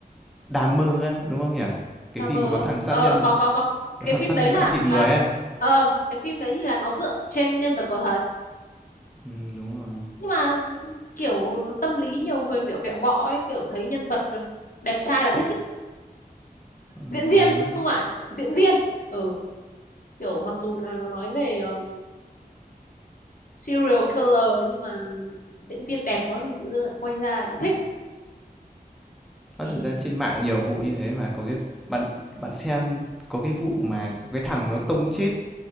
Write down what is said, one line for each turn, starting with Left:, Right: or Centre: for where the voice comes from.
Centre: Đám mơ á, đúng không nhỉ? Cái
Left: drama
Centre: phim
Left: á
Centre: mà có thằng sát
Left: ờ
Centre: nhân,
Left: có có có cái
Centre: có thằng
Left: phim
Centre: sát
Left: đấy
Centre: nhân
Left: là
Centre: ăn thịt người
Left: là
Centre: ấy.
Left: ờ cái phim đấy thì là nó dựa trên nhân vật có thật
Centre: Ừ, đúng rồi.
Left: nhưng mà kiểu tâm lý nhiều người kiểu vẹo võ ấy kiểu thấy nhân vật đẹp trai là thích ấy.
Centre: Ừ,
Left: diễn viên
Centre: hay
Left: chứ
Centre: quá.
Left: không phải diễn viên ừ kiểu mặc dù là nó nói về ờ, serial killer nhưng mà diễn viên đẹp quá thì tự dưng lại quay ra lại thích thì
Centre: Ơ, thực ra trên mạng nhiều vụ như thế mà, có cái bạn bạn xem có cái vụ mà có cái thằng nó tông chết